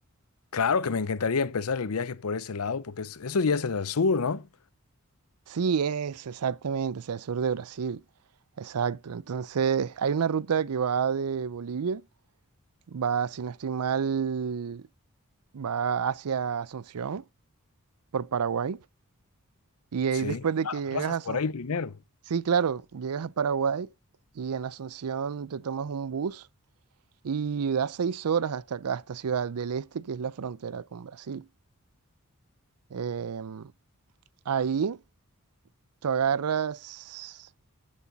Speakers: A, on the left; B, on the right.
A: claro que me encantaría empezar el viaje por ese lado, porque es- eso ya es el sur, ¿no?
B: Sí, es exactamente, hacia el sur de Brasil. Exacto. Entonces, hay una ruta que va de Bolivia, va, si no estoy mal, va hacia Asunción, por Paraguay. Y ahí
A: Sí.
B: después de
A: Ah,
B: que llegas
A: Pasas
B: a Asunción,
A: por ahí primero.
B: sí, claro, llegas a Paraguay y en Asunción te tomas un bus y da seis horas hasta acá, hasta Ciudad del Este, que es la frontera con Brasil. Em, ahí tú agarras.